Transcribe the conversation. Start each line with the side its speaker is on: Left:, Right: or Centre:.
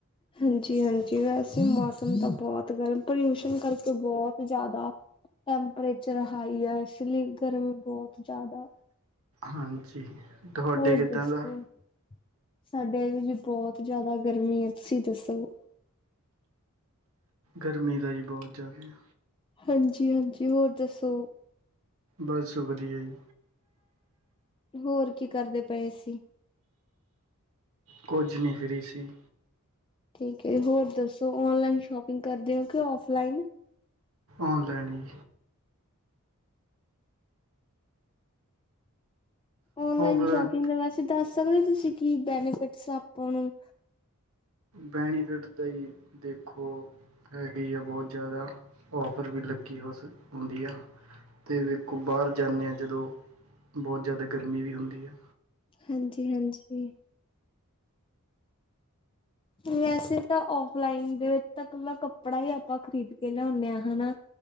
Left: ਹਾਂਜੀ-ਹਾਂਜੀ ਵੈਸੇ ਮੌਸਮ ਤਾਂ ਬਹੁਤ ਗਰਮ ਪੋਲਿਊਸ਼ਨ ਕਰਕੇ ਬਹੁਤ ਜ਼ਿਆਦਾ ਟੈਂਪਰੇਚਰ ਹਾਈ ਆ ਇਸ ਲਈ ਗਰਮੀ ਬਹੁਤ ਜ਼ਿਆਦਾ
Right: ਹਾਂਜੀ, ਜੀ ਤੁਹਾਡੇ
Left: ਹੋਰ
Right: ਕਿੱਦਾਂ
Left: ਦੱਸੋ?
Right: ਦਾ?
Left: ਸਾਡੇ ਵੀ ਬਹੁਤ ਜ਼ਿਆਦਾ ਗਰਮੀ ਹੈ, ਤੁਸੀਂ ਦੱਸੋ?
Right: ਗਰਮੀ ਦਾ ਜੀ ਬਹੁਤ ਜ਼ਾਦੇ ਆ।
Left: ਹਾਂਜੀ, ਹਾਂਜੀ ਹੋਰ ਦੱਸੋ
Right: ਬਸ ਵਧੀਆ ਜੀ।
Left: ਹੋਰ ਕੀ ਕਰਦੇ ਪਏ ਸੀ।
Right: ਕੁਝ ਨਹੀਂ ਫਰੀ ਸੀ।
Left: ਠੀਕ ਏ ਹੋਰ ਦੱਸੋ ਓਨਲਾਈਨ ਸ਼ੋਪਿੰਗ ਕਰਦੇ ਹੋ ਕਿ ਔਫਲਾਈਨ
Right: ਔਨਲਾਈਨ ਹੀ
Left: ਔਨਲਾਈਨ
Right: ਔਫਲਾਈਨ
Left: ਸ਼ੋਪਿੰਗ ਦੇ ਵੈਸੇ ਤਾਂ ਦਸ ਸਕਦੇ ਹੋ ਤੁਸੀਂ ਕੀ ਬੈਨੀਫਿਟਸ ਆਪਾਂ ਨੂੰ
Right: ਬੈਨੀਫਿਟ ਤਾਂ ਜੀ ਦੇਖੋ ਹੈਗੀ ਆ ਬਹੁਤ ਜ਼ਿਆਦਾ ਔਫਰ ਵੀ ਲੱਗੀ ਹੋ ਸਕ ਹੁੰਦੀ ਆ। ਤੇ ਵੇਖੋ ਬਾਹਰ ਜਾਂਨੇ ਆਂ। ਜਦੋਂ ਬਹੁਤ ਜ਼ਿਆਦਾ ਗਰਮੀ ਵੀ ਹੁੰਦੀ ਐ।
Left: ਹਾਂਜੀ, ਹਾਂਜੀ। ਵੈਸੇ ਤਾਂ ਔਫਲਾਈਨ ਦੇ ਵਿੱਚ ਤਾਂ ਕੱਪੜਾ ਹੀ ਆਪਾਂ ਖਰੀਦ ਕੇ ਲਿਆਉਂਦੇ ਹਾਂ ਹਨਾ।